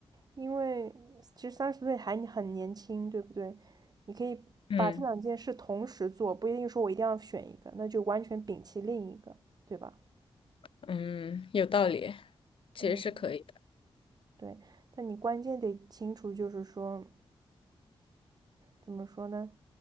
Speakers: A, on the right; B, on the left.
A: 因为其实三十岁还很年轻，对不对？你可以把这两件事同时做，
B: 嗯
A: 不一定说我一定要选一个，那就完全摒弃另一个，对吧？
B: 嗯，有道理，其实是可以的。
A: 嗯，对，但你关键得清楚，就是说怎么说呢？